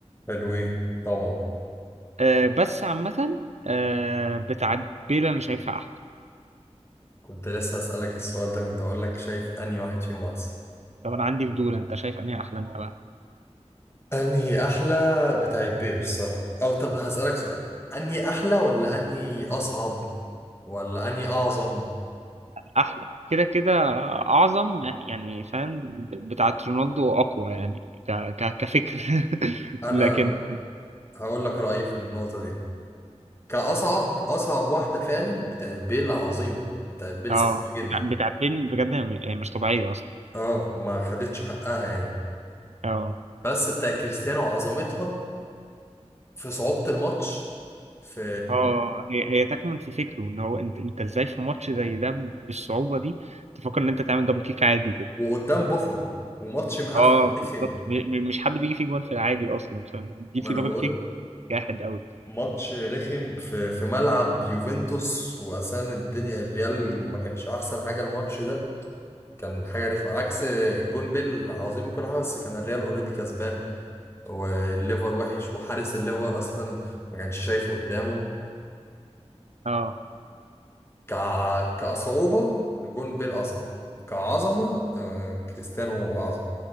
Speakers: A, on the left (about 20°); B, on the right (about 70°).
A: حلوين طبعا
B: آه، بس عامة آه، بتاعت بيلا أنا شايفها أحلى
A: كنت لسه هسألك السؤال ده كنت أقول لك شايف أنهي واحد فيهم أحسن
B: طب أنا عندي فضول أنت شايف أنهي أحلى أنت بقى
A: أنهي أحلى بتاعت بير الصراحة أو طب هسألك سؤال أنهي أحلى ولا أنهي أصعب ولا أنهي أعظم
B: أحلى كده كده أعظم يعني فاهم ب- بتاعت رونالدو أقوى يعني ك... ك... كفكر <laughs>
A: أنا
B: لكن
A: هقول لك رأيي في النقطة دي كأصعب أصعب واحدة فعلا بتاعت بيل عظيمة بتاعت بيل
B: اه
A: صعبة جدا
B: بتاع بتاع بيل بجد هي هي مش طبيعية أصلا
A: اه وما خدتش حقها يعني
B: اه
A: بس بتاع كريستيانو عظمتها في صعوبة الماتش في
B: اه هي هي تكمن في فكره ان هو انت انت ازاي في ماتش زي ده بالصعوبة دي تفكر ان انت تعمل دبل كيك عادي كده
A: وقدام بوفون وماتش مقفل
B: اه
A: رخم
B: بالظبط م- م- مش حد بيجي فيه جوان في العادي اصلا فاهم؟ بيجي
A: ما
B: فيه
A: انا
B: دبل
A: بقول
B: كيك جاحد قوي
A: ماتش رخم في في ملعب يوفنتوس واساسا الدنيا الريال ما كانش احسن حاجة الماتش ده كان حاجة رخمة عكس جون بيل عظيم وكل حاجة بس كان الريال اوريدي كسبان والليفر وحش وحارس الليفر اصلا ما كانش شايف قدامه
B: اه
A: ك... كصعوبة الجون بيل أصعب كعظمة آه كريستيانو أعظم